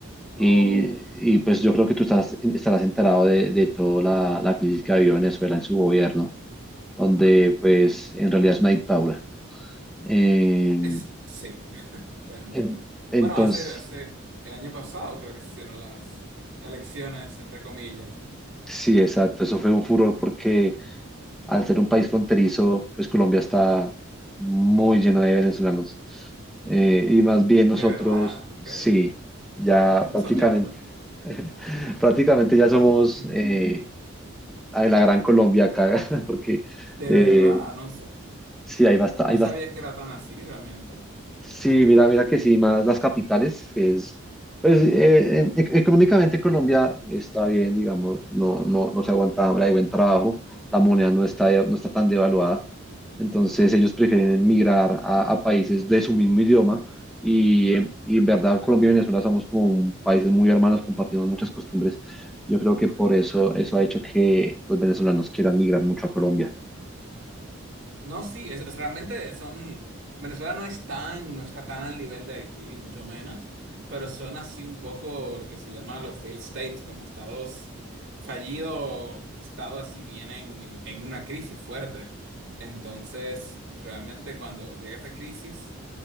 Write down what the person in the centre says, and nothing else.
Y,
y pues yo creo que tú estás, estarás enterado de, de toda la, la crisis que ha habido Venezuela en su gobierno. donde pues en realidad es una dictadura. En-
en- entonces,
sí, exacto, eso fue un furor porque al ser un país fronterizo, pues Colombia está muy llena de venezolanos. Eh, y más bien
nosotros,
sí, ya
prácticamente,
<laughs> prácticamente ya somos
eh, a la Gran Colombia acá, <laughs> porque
eh,
sí, hay, bastante
hay
Sí, mira, mira que sí, más las capitales que es, pues eh, en- e- económicamente Colombia está bien, digamos, no, no, no se aguanta hambre, hay buen trabajo, la moneda no está, de- no está tan devaluada, entonces ellos prefieren migrar a, a países de su mismo idioma y, eh, y en verdad Colombia y Venezuela somos como un- países muy hermanos, compartimos muchas costumbres, yo creo que por eso eso ha hecho que los venezolanos quieran migrar mucho a Colombia.